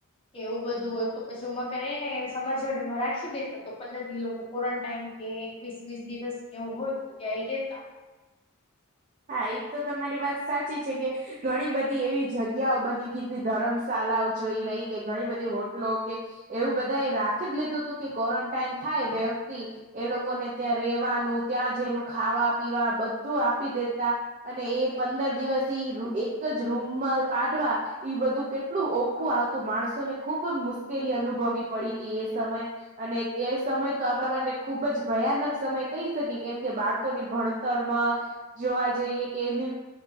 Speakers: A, on the left; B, on the right.
A: કે એવું બધું હોય, તો પછીમાં કર ને સમાજ જોવા મરાઠી દેતા તો પંદર દી એ લોકો ક્વોરન્ટાઈન કે એકવીસ, વીસ દિવસ એવું હોય તો ત્યાંય રેતા.
B: હા ઈ તો તમારી વાત સાચી છે કે ઘણી બધી એવી જગ્યાઓ બની ગઈ તી. ધર્મશાળઓ જોઈ લઈ કે ઘણી બધી હોટલો કે એવું બધા એ રાખી જ લીધું હતું કે કો્વોરન્ટાઈન થાય વ્યક્તિ એ લોકોને ત્યાં રેવાનું, ત્યાં ખાવા, પીવા બધું આપી દે રાખતા અને એ પંદર દિવસ એક જ રૂમમાં કાઢવા. ઈ બધું કેટલું ઓખું આવતું, માણસોને ખુબ મુશ્કેલી અનુભવી પડી તી એ સમયે. અને તે સમય તો આપણા માટે ખુબ જ ભયાનક સમય કહી શકીએ કેમ કે બાળકોની ભણત ભણતરમાં જોવા જઈએ કે એની